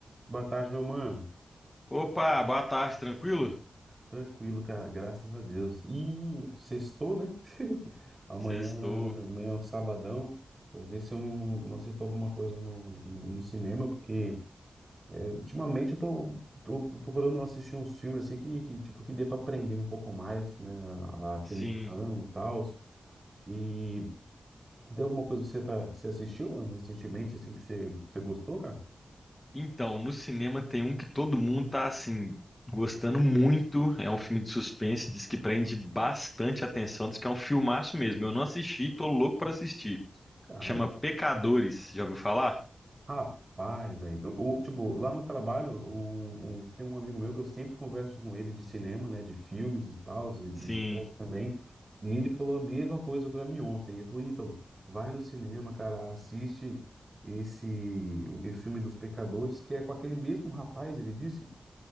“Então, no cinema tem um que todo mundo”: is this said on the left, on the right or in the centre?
Left